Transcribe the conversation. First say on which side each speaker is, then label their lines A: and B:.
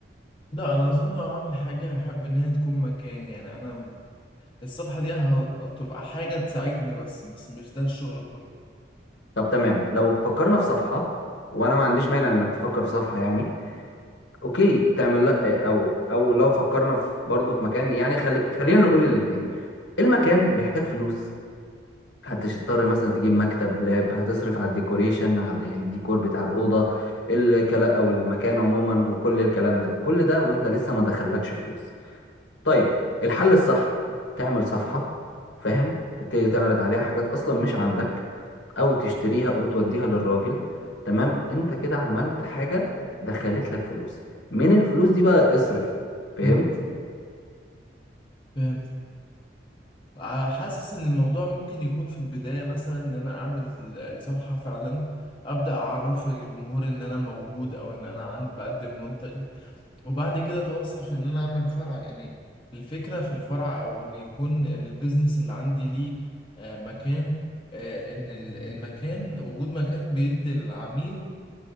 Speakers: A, on the left; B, on the left.
A: لا انا اظن لو هعمل حاجة هحب ان هي تكون مكاني يعني انا الصفحة دي هتبقى حاجة تساعدني بس بس مش ده الشغل كله
B: طب تمام لو فكرنا في صفحة وانا ما عنديش مانع انك تفكر في صفحة يعني اوكي تعمل لا آه، او او لو فكرنا في برضه في مكان يعني خلي... خلينا نقول الاتنين المكان بيحتاج فلوس هتضطر مثلا تجيب مكتب لاب هتصرف على الديكوريشن على يعني الديكور بتاع الأوضة الكلام أو المكان عموما وكل الكلام ده كل ده وانت لسه ما دخلكش فلوس طيب الحل الصح تعمل صفحة فاهم تبتدي تعرض عليها حاجات أصلا مش عندك أو تشتريها وتوديها للراجل تمام انت كده عملت حاجة دخلت لك فلوس من الفلوس دي بقى اصرف فهمت
A: مم. فهمت ع- حاسس ان الموضوع ممكن يكون في البداية مثلا ان انا اعمل ال- الصفحة فعلا ابدأ اعرف الجمهور ان انا موجود او ان انا عند بقدم منتج وبعد كده اتوسع في ان انا اعمل فرع يعني الفكرة في الفرع او ان يكون البيزنس اللي عندي ليه آه، مكان آه، ان ال- المكان وجود مكان بيدي للعميل